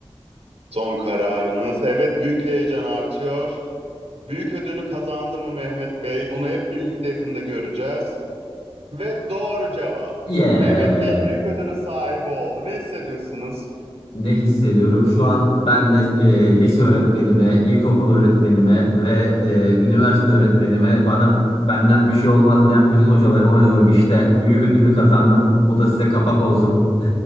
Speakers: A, on the right; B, on the left.
A: Son kararınız. Evet büyük heyecan artıyor. Büyük ödülü kazandı mı Mehmet Bey? Bunu hep birlikte yakında göreceğiz. Ve doğru cevap.
B: Yeah.
A: Mehmet Bey büyük ödülün sahibi oldu. Ne hissediyorsunuz?
B: Ne hissediyorum? Şu an ben de e, lise öğretmenime, ilkokul öğretmenime ve e, üniversite öğretmenime bana benden bir şey olmaz diyen bütün hocalarıma diyorum işte büyük ödülü kazandım. Bu da size kapak olsun. <laughs>